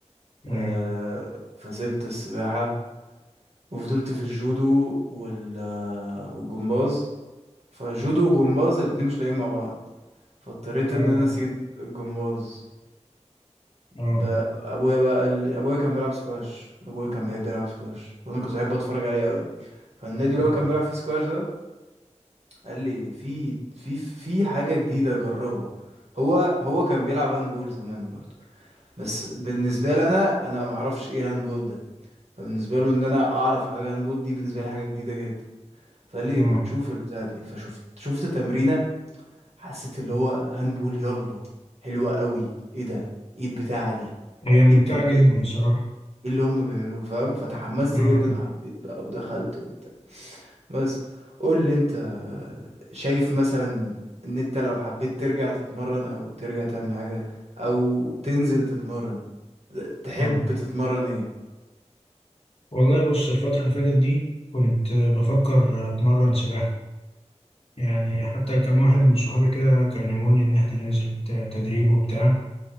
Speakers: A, on the left; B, on the right.
A: ايوه
B: آه، فسبت السباحة وفضلت في الجودو وال آه، والجمباز فجودو وجمباز الاتنين مش لاقيين مع بعض فاضطريت
A: اه
B: ان انا اسيب الجمباز
A: اه
B: ب- ابويا بقى قال لي ابويا كان بيلعب سكواش ابويا كان بيحب يلعب سكواش وانا كنت بحب اتفرج عليه قوي فالنادي
A: اه
B: اللي هو كان بيلعب فيه سكواش ده قال لي في في في حاجة جديدة جربها هو هو كان بيلعب هاندبول زمان برضه بس بالنسبة لي انا انا معرفش ايه هاندبول ده فبالنسبه له ان انا اعرف حاجه هاندبول دي بالنسبه لي حاجه جديده جدا فقال لي
A: اه
B: ما تشوف البتاعه دي فشفت شفت تمرينه حسيت اللي هو هاندبول يلا حلوه قوي ايه ده ايه البتاعه دي
A: هي ممتعة
B: ايه التمارين
A: جدا
B: دي
A: بصراحة
B: ايه اللي هم بيعملوه فاهم فتحمست
A: اه
B: جدا وحبيت بقى ودخلت وبتاع بس قول لي انت شايف مثلا ان انت لو حبيت ترجع تتمرن او ترجع تعمل حاجة او تنزل تتمرن تحب
A: اه
B: تتمرن ايه
A: والله بص الفترة اللي فاتت دي كنت بفكر اتمرن سباحة يعني حتى كم واحد من صحابي كده كلموني ان احنا ننزل ت- تدريب وبتاع